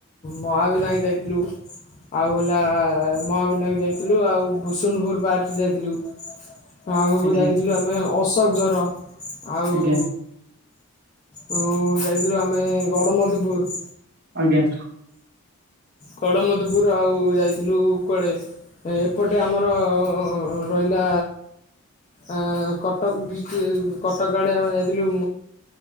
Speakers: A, on the left; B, on the right.
A: ମହାବିନାୟକ ଯାଇଥିଲୁ। ଆଉ ହେଲା ମହାବିନାୟକ ଯାଇଥିଲୁ ଆଉ ଭୁସୁନପୁର ପାର୍କ ଯାଇଥିଲୁ। ଆଉ
B: ଆଜ୍ଞା
A: ଯାଇଥିଲୁ ଆମେ ଅଶୋକ ଝର ଆଉ।
B: ଆଜ୍ଞା
A: ହୁଁ ଯାଇଥିଲୁ ଆମେ ଗଡ଼ମଧୁପୁର।
B: ଆଜ୍ଞା।
A: ଗଡ଼ମଧୂପୁର ଆଉ ଯାଇଥିଲୁ କୁଆଡ଼େ ଏପଟେ ଆମର ରହିଲା ଆଁ କଟକ ଡିଷ୍ଟ୍ରି କଟକ ଆଡ଼େ ଆମେ ଯାଇଥିଲୁ